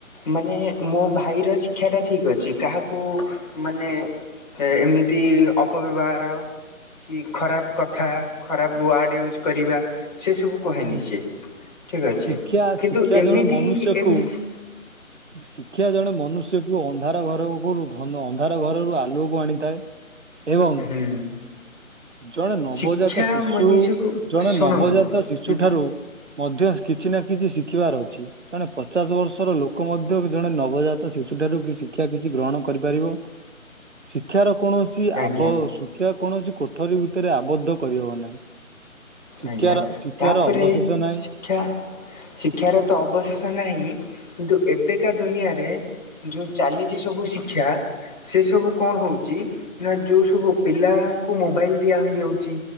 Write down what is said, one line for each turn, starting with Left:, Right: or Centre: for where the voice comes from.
Left: ମାନେ ମୋ ଭାଇର ଶିକ୍ଷାଟା ଠିକ ଅଛି କାହାକୁ ମାନେ ଏମିତି ଅପବ୍ୟବହାର କି ଖରାପ କଥା ଖରାପ ୱାର୍ଡ଼ ୟୁଜ୍ କରିବା। ସେ ସବୁ କହେନି
Right: ହଁ
Left: ସିଏ ଠିକ୍ ଅଛି
Right: ଶିକ୍ଷା
Left: କିନ୍ତୁ
Right: ଶିକ୍ଷା
Left: ଏମିତି
Right: ଜଣେ ମନୁଷ୍ୟକୁ
Left: ଏମିତି
Right: ଶିକ୍ଷା ଜଣେ ମନୁଷ୍ୟକୁ ଅନ୍ଧାର ଘରକୁ ଘନ ଅନ୍ଧାର ଘରରୁ ଆଲୁଅକୁ ଆଣିଥାଏ। ଏବଂ
Left: ହୁଁ।
Right: ଜଣେ ନବଜାତ
Left: ଶିକ୍ଷା
Right: ଶିଶୁ
Left: ମନୁଷ୍ୟକୁ
Right: ଜଣେ
Left: ଶୁଣନ୍ତୁ
Right: ନବଜାତ ଶିଶୁ
Left: ଯଦି
Right: ଠାରୁ ମଧ୍ୟ କିଛି ନା କିଛି ଶିଖିବାର ଅଛି। ଜଣେ ପଚାଶ ବର୍ଷର ଲୋକ ମଧ୍ୟ ଜଣେ ନବଜାତ ଶିଶୁ ଠାରୁ କି ଶିକ୍ଷା କିଛି ଗ୍ରହଣ କରିପାରିବ। ଶିକ୍ଷାର କୌଣସି ଆବ
Left: ଆଜ୍ଞା
Right: ଶିକ୍ଷା କୌଣସି କୋଠରୀ ଭିତରେ ଆବଦ୍ଧ କରିହବ ନାହିଁ। ଶିକ୍ଷାର
Left: ଆଜ୍ଞା
Right: ଶିକ୍ଷାର
Left: ତାପରେ
Right: ଅବଶେଷ ନାହିଁ।
Left: ଶିକ୍ଷା ଶିକ୍ଷାର ତ ଅବଶେଷ ନାହିଁ କିନ୍ତୁ ଏବେକା ଦୁନିଆରେ ଯୋଉ ଚାଲିଛି ସବୁ ଶିକ୍ଷା ସେ ସବୁ କଣ ହଉଛି ନା ଯୋଉ ସବୁ ପିଲାଙ୍କୁ ମୋବାଇଲ ଦିଆହୋଇଯାଉଛି